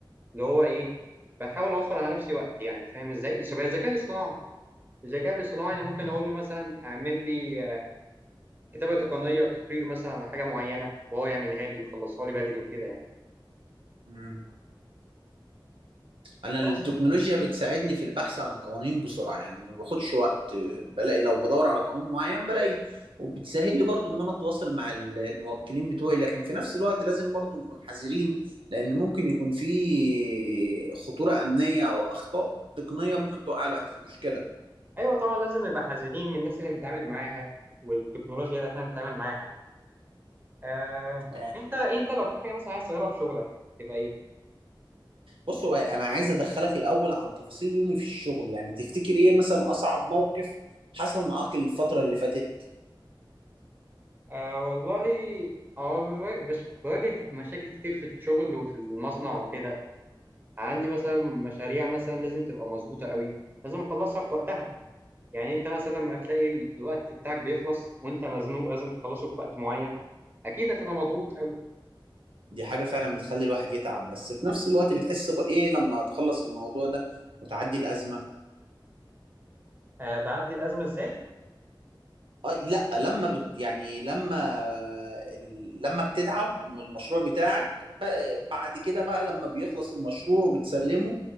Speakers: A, on the right (about 25°); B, on the right (about 85°).
A: اللي هو ايه بحاول اوفر على نفسي وقت يعني فاهم ازاي شبه الذكاء الاصطناعي الذكاء الاصطناعي انا ممكن اقول له مثلا اعمل لي كتابة تقنية تقرير مثلا عن حاجة معينة وهو يعملها لي ويخلصها لي بدري وكده يعني
B: امم انا التكنولوجيا
A: بس
B: بتساعدني في البحث عن القوانين بسرعه يعني ما باخدش وقت بلاقي لو بدور على قانون معين بلاقي وبتسهل لي برضو ان انا اتواصل مع ال- الموكلين بتوعي لكن في نفس الوقت لازم برضو نكون حذرين لان ممكن يكون في خطوره امنيه او اخطاء تقنيه ممكن توقع الواحد في مشكله
A: أيوة طبعا لازم نبقى حذرين من الناس اللي بنتعامل معاها والتكنولوجيا اللي احنا بنتعامل معاها آه،
B: اه
A: أنت أنت لو في حاجة مثلا عايز تغيرها في شغلك تبقى إيه؟
B: بص هو انا عايز ادخلك الاول عن تفاصيل يومي في الشغل يعني تفتكر ايه مثلا اصعب موقف حصل معاك الفتره اللي فاتت
A: آه والله اه بواجه بش- بواجه مشاكل كتير في الشغل وفي المصنع وكده عندي مثلا مشاريع مثلا لازم تبقى مظبوطة قوي لازم اخلصها في وقتها يعني انت مثلا لما تلاقي الوقت بتاعك بيخلص وانت مزنوق لازم تخلصه في وقت معين اكيد هتبقى مضغوط قوي
B: دي حاجة فعلا بتخلي الواحد يتعب بس في نفس الوقت بتحس بإيه لما تخلص الموضوع ده وتعدي الأزمة
A: آه بعدي الازمه ازاي
B: أه لا لما بت يعني لما ال- لما بتتعب من المشروع بتاعك بقى- بعد كده بقى لما بيخلص المشروع وبتسلمه